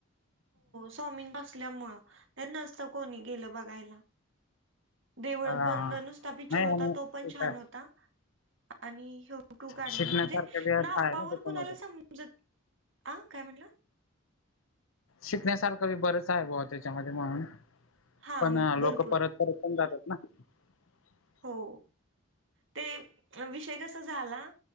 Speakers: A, on the right; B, on the left.
A: स्वामी नसल्यामुंळ ते नसतं कोणी गेलं बघायला. देवळबधं
B: हा हा
A: नुसता पिकच्चर
B: नाही
A: होता तो पण छान
B: का
A: होता आणि यो फोटो काढला
B: शिकण्यासारखं
A: म्हणजे
B: बी आहे
A: नावावर
B: ना त्याच्यामध्ये
A: कुणाला समजत, ह काय म्हंटलं?
B: शिकण्यासारखं बी बरंच आहे ब त्याच्यामध्ये म्हणून,
A: हा
B: पण लोक
A: भरपूर
B: परत परत पण जातात. <unintelligible>
A: हो, ते विषय कसा झाला